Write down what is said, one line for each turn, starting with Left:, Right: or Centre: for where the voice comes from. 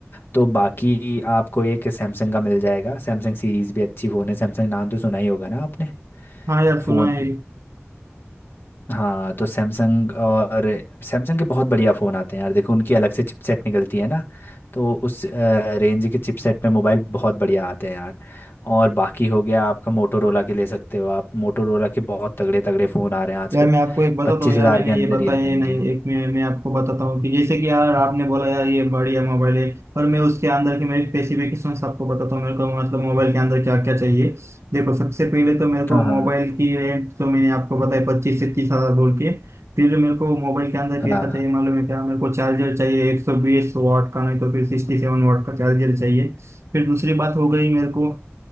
Left: तो बाकी आपको एक सैमसंग का मिल जाएगा सैमसंग सीरीज़ भी अच्छी फ़ोन है सैमसंग नाम तो सुना ही होगा ना आपने
Right: हाँ यार सुना
Left: फ़ोन
Right: है
Left: हाँ तो सैमसंग और सैमसंग के बहुत बढ़िया फ़ोन आते हैं यार देखो उनकी अलग से चिपसेट निकलती है ना तो उस रेंज के चिपसेट में मोबाइल बहुत बढ़िया आते हैं यार और बाकी हो गया आपका मोटोरोला के ले सकते हो आप मोटोरोला के बहुत तगड़े तगड़े फ़ोन आ रहे हैं आजकल
Right: यार मैं आपको एक बताता
Left: पच्चीस
Right: हूँ यार
Left: हज़ार
Right: मैंने
Left: के अंदर
Right: ये बताया
Left: ही आ जाएंगे
Right: ही नहीं एक मैं मैं आपको बताता हूँ कि जैसे कि यार आपने बोला यार ये बढ़िया मोबाइल है पर मैं उसके अंदर के मेरे स्पेसिफिकेशन आपको बताता हूँ मेरे को मतलब मोबाइल के अंदर क्या क्या चाहिए देखो सबसे पहले तो मेरे को
Left: हाँ
Right: मोबाइल
Left: हाँ
Right: की रेंज जो मैंने आपको बताया पच्चीस से तीस हजार बोल के फिर मेरे को मोबाइल के अंदर
Left: हाँ
Right: कैसा चाहिए मालूम है क्या मेरे को चार्जर चाहिए एक सौ बीस वाट का नहीं तो फिर सिक्सटी सेवन वाट का चार्जर चाहिए फिर दूसरी बात हो गई मेरे को